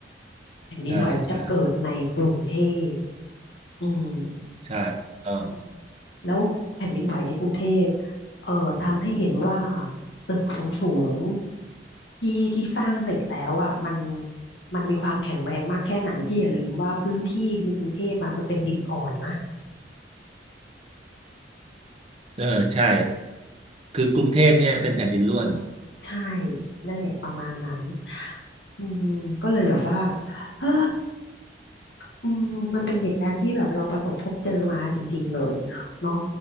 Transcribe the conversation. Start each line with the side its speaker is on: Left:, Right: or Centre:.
Left: แผ่นดินไหวจะเกิดในกรุงเทพ
Right: ใช่ใช่
Left: อืม
Right: ใช่เออ
Left: อืมแล้วแผ่นดินไหวในกรุงเทพเอ่อทำให้เห็นว่าตึกสูงสูงที่ที่สร้างเสร็จแล้วอ่ะมันมันมีความแข็งแรงมากแค่ไหนพี่อย่าลืมว่าพื้นที่ในกรุงเทพอะมันเป็นดินอ่อนนะ
Right: เออใช่ คือกรุงเทพเนี่ยเป็นแผ่นดินร่วน
Left: ใช่นั่นแหละประมาณนั้นอืมก็เลยแบบว่า <sighs> เอออืมมันเป็นเหตุการณ์ที่แบบเราประสบพบเจอมาจริงๆเลยเนาะ